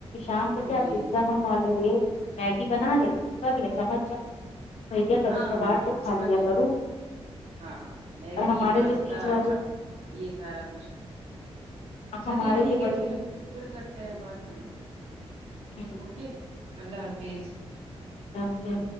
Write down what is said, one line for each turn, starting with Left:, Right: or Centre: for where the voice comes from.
Left: شام کو کیا آپ
Right: جی
Left: پیزا منگوا لو یہ میگی بنا لے کر لے سمجھ جاؤ بھیا کبھی
Right: ہاں
Left: کبھار
Right: ہاں
Left: تو کھا
Right: سمجھ
Left: لیا کرو
Right: ہاں میگی
Left: اور ہمارے
Right: پاستا
Left: جو بیچ والے
Right: چا یہ سارا کچھ چلیے
Left: ہمارے
Right: ٹھیک
Left: جو بڑے
Right: ہے پھر پھر کرتے ہیں بات ہاں
Left: ہیں
Right: اوکے اللہ حافظ
Left: ڈاکٹر